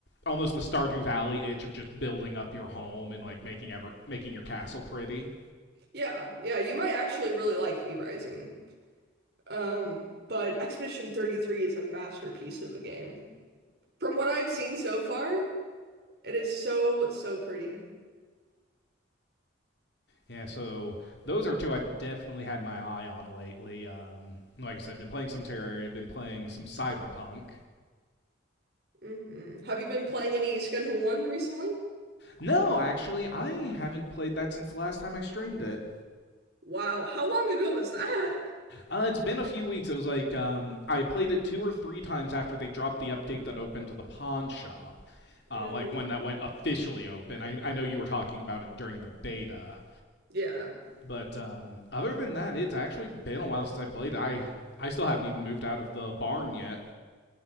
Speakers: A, on the left (about 55°); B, on the right (about 50°).
A: almost the Stardew Valley itch of just building up your home and like making ever making your castle pretty.
B: Yeah, yeah, you might actually really like V Rising. Um, but Expedition 33 is a masterpiece of a game. From what I've seen so far, it is so, so pretty.
A: Yeah, so those are two I've definitely had my eye on lately. Um, like I said, I've been playing some Terraria, I've been playing some Cyberpunk.
B: hmm Have you been playing any Schedule One recently?
A: No, actually, I haven't played that since the last time I streamed it.
B: Wow, how long ago was that?
A: Uh, it's been a few weeks. It was like um, I played it two or three times after they dropped the update that opened to the pawn shop, uh,
B: hmm
A: like when that went officially open. I, I know you were talking about it during the beta,
B: Yeah.
A: but um, other than that, it's actually been a while since I played. it. I I still haven't even moved out of the barn yet.